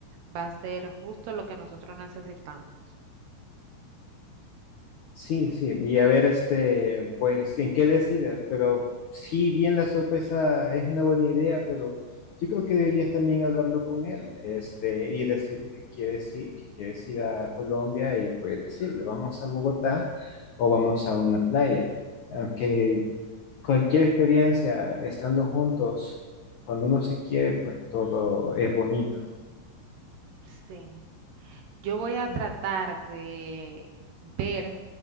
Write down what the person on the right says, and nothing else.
va a ser justo lo que nosotros necesitamos.
Sí. Yo voy a
tratar de ver